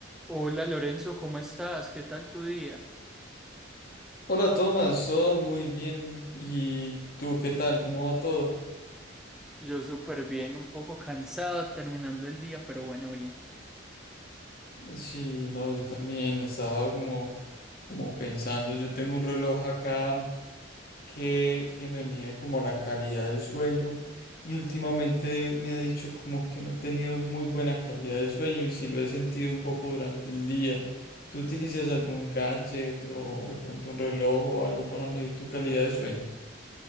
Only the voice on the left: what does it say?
Hola Tomás, todo muy bien. ¿Y tú qué tal? ¿Cómo va todo?
Sí, no, yo también estaba como, como pensando, yo tengo un reloj acá que, que me mide como la calidad del sueño y últimamente me ha dicho como que no he tenido muy buena calidad del sueño y sí lo he sentido un poco durante el día. ¿Tú utilizas algún gadget o de pronto un reloj o algo para medir tu calidad de sueño?